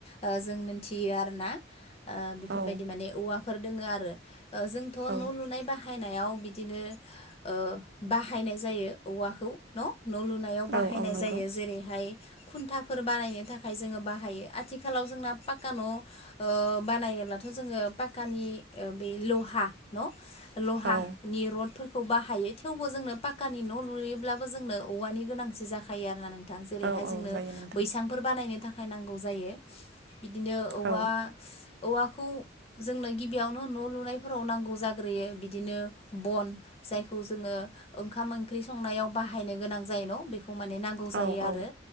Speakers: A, on the left; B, on the right.
A: ओ जों मिथियो आरोना ओ बेफोरबायदि
B: औ
A: माने औवाफोर दोङो आरो ओ जोंथ
B: औ
A: न लुनाय बाह हायनायाव बिदिनो ओ बाहायनाय जायो औवाखौ न' न' लुनायाव बाहायनाय
B: औ औ नंगौ
A: जायो जेरैहाय खुन्थाफोर बानायनो थाखाय जोङो बाहायो आथिखालाव जोंना पाक्का न' ओ बानाय जेनेबाथ जोङो पाक्कानि बे लहा न लहानि
B: औ
A: रडफोरखौ बाह यो थेवबो जोंनो पाक्कनि न' लुयोब्लाबो जोंनो औवानि गोनांथि जाखायो आरोना नों थां जेरैहाय
B: औ
A: जोंनो
B: औ जायो नोंथां
A: बैसांफोर बानायनो थाखाय नांगौ जायो बिदिनो औवा।
B: औ
A: औवाखौ जोंनो गिबियावनो न' लुनायफोराव नांगौ जाग्रोयो बिदिनो बन जायखौ जोङो ओंखाम ओंख्रि संनायाव बाहायनो गोनां जाय न' बेख खौ माने नांगौ जायो
B: औ औ
A: आरो